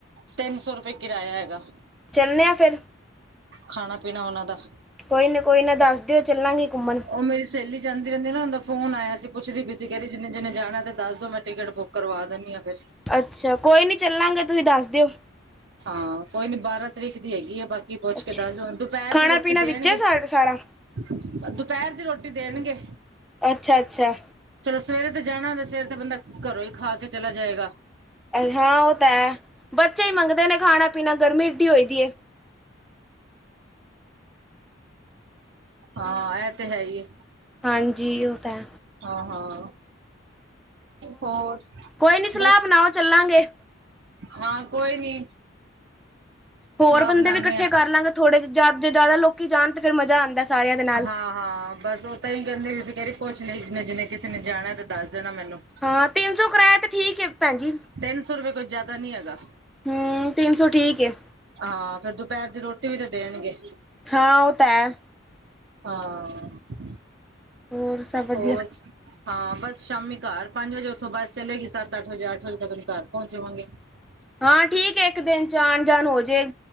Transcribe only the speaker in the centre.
ਚੱਲਣੇ ਹਾਂ ਫਿਰ।
ਕੋਈ ਨਾ ਕੋਈ ਨਾ ਦੱਸ ਦਿਓ, ਚੱਲਾਂਗੇ ਘੁੰਮਣ।
ਅੱਛਾ, ਕੋਈ ਨਹੀਂ ਚੱਲਾਂਗੇ ਤੁਸੀਂ ਦੱਸ ਦਿਓ।
ਅੱਛਾ
ਖਾਣਾ
ਪੀਣਾ
ਵਿੱਚ ਹੈ ਸਾ ਸਾਰਾ
ਅੱਛਾ ਅੱਛਾ
ਹਾਂ ਉਹ ਤਾਂ ਹੈ ਬੱਚੇ ਹੀ ਮੰਗਦੇ ਨੇ ਖਾਣਾ ਪੀਣਾ ਗਰਮੀ ਏਡੀ ਹੋਈ ਦੀ
ਹਾਂਜੀ ਉਹ ਤਾਂ
ਕੋਈ ਨਹੀਂ ਸਲਾਹ
ਬਣਾਓ ਚੱਲਾਂਗੇ
ਹੋਰ ਬੰਦੇ
ਵੀ ਇਕੱਠੇ
ਕਰ ਲਾਂਗੇ ਥੋੜੇ ਜ਼ਿਆਦਾ ਲੋਕੀ ਜਾਣ ਤੇ ਫਿਰਰ ਮਜ਼ਾ ਆਉਂਦਾ ਸਾਰਿਆਂ ਦੇ ਨਾਲ
ਹਾਂ ਤਿੰਨ ਸੌ ਕਰਾਇਆ ਤੇ ਠੀਕ ਹੈ ਭੈਣਜੀ
ਹਮ ਤਿੰਨ ਸੌ ਠੀਕ ਹੈ
ਹਾਂ ਉਹ ਤਾਂ ਹੈ।
ਹੋਰ ਸਭ ਵਧੀਆ
ਹਾਂ ਠੀਕ ਹੈ, ਇੱਕ ਦਿਨ ਚ ਆਉਣ ਜਾਣ ਹੋਜੇ।